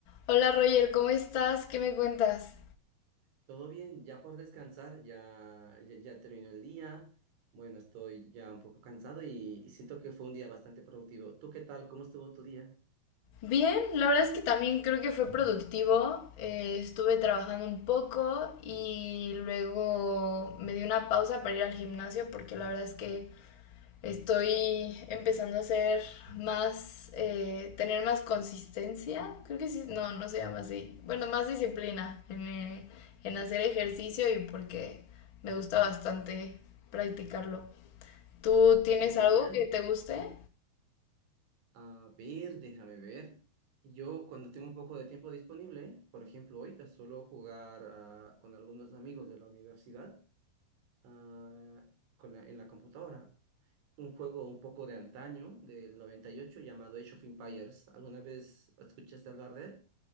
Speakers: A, on the left; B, on the right.
A: Hola Roger, ¿cómo estás? ¿Qué me cuentas?
B: Todo bien, ya por descansar, ya, ya, ya terminó el día. Bueno, estoy ya un poco cansado y, y siento que fue un día bastante productivo. ¿Tú qué tal? ¿Cómo estuvo tu día?
A: Bien, la verdad es que también creo que fue productivo. eh, estuve trabajando un poco y luego me di una pausa para ir al gimnasio porque la verdad es que estoy empezando a hacer más, eh, tener más consistencia. Creo que sí, no, no se llama así. Bueno, más disciplina en, eh, en hacer ejercicio y porque me gusta bastante practicarlo. ¿Tú tienes
B: ¡Qué genial!
A: algo que te guste?
B: A ver, déjame ver. Yo cuando tengo un poco de tiempo disponible, por ejemplo hoy, eh, suelo jugar ah, con algunos amigos de la universidad ah, con la- en la computadora. Un juego un poco de antaño, del 98, llamado Age of Empires. ¿Alguna vez escuchaste hablar de él?